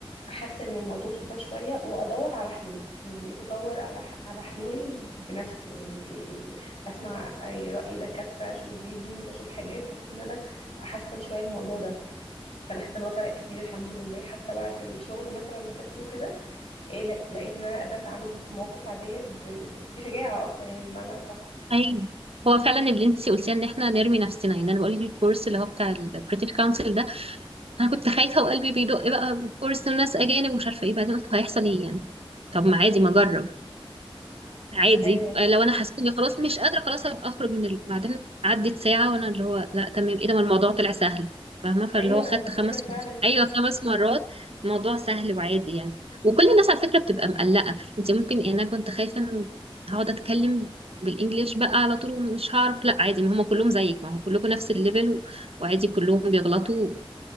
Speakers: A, on the left; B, on the right.
A: احسن من الموضوع ده شويه وادور على حلول يعني بقيت ادور على على حلول بنفسي يعني اسمع اي راي دكاتره اشوف فيديوز اشوف حاجات بحيث ان انا احسن شويه الموضوع ده فانا حاسه ان هو فرق كتير الحمد لله حتى بعد الشغل مثلا ما سبته كده إيه لا- لقيت ان انا قادره اتعامل في مواقف عاديه ب- بشجاعه اكتر يعني بمعنى اصح
B: ايوه هو فعلا اللي انت قلتيه ان احنا نرمي نفسنا يعني انا بقول لك الكورس اللي هو بتاع البريتش كونسل ده انا كنت خايفه وقلبي بيدق بقى كورس وناس اجانب ومش عارفه ايه بعدين قلت هيحصل ايه يعني طب ما عادي
A: امم
B: ما اجرب عادي
A: ايوه
B: آه، لو انا حسيت اني خلاص مش قادره خلاص ابقى اخرج من ال... بعدين عدت ساعه وانا اللي هو لا تمام ايه ده ما الموضوع طلع سهل فاهمه فاللي
A: ايوه
B: هو خدت
A: فكره
B: خمس
A: فعلا كده
B: ايوه خمس مرات الموضوع سهل وعادي يعني وكل الناس على فكره بتبقى مقلقه انت ممكن يعني انا كنت خايفه انه هقعد اتكلم بالانجليش بقى على طول ومش هعرف لا عادي ما هم كلهم زيك ما هو كلكم نفس الليفل و... وعادي كلهم بيغلطوا